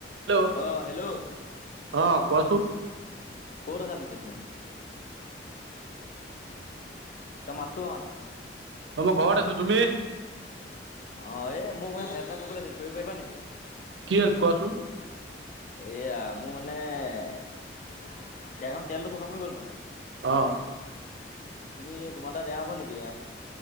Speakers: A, on the right; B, on the left.
A: Hello
B: অ', hello?
A: অ', কোৱাচোন।
B: ক'ত আছা পিছে তুমি? তোমাৰ মাতো অহা নাই।
A: অই মই ঘৰত আছো, তুমি?
B: অ', এই মোৰ মানে হেল্প এটা কৰিব লাগিছিল কৰিব পাৰিবা নেকি?
A: কি হেল্প কোৱাচোন?
B: এয়া মোৰ মানে গাড়ীখনত তেলটো খতম হৈ গ'ল মানে।
A: অ'।
B: তুমি তোমাৰ তাত এইয়া হ'ব নেকি